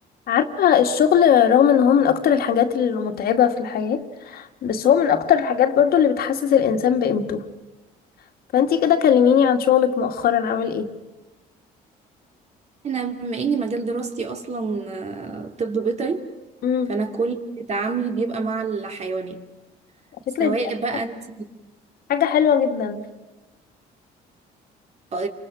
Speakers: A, on the left (about 65°); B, on the right (about 40°).
A: عارفة الشغل رغم ان هو من اكتر الحاجات المتعبة في الحياة بس هو من اكتر الحاجات برضو اللي بتحسس الانسان بقيمته فانتي كده كلميني عن شغلك مؤخرا عامل ايه
B: انا بما اني مجال دراستي اصلا آه، طب بيطري
A: امم
B: فانا كل تعاملي بيبقى مع الحيوانات
A: الفكرة
B: سواء
A: دي أصلاً
B: بقى انت
A: حاجة حلوة جدا
B: آه،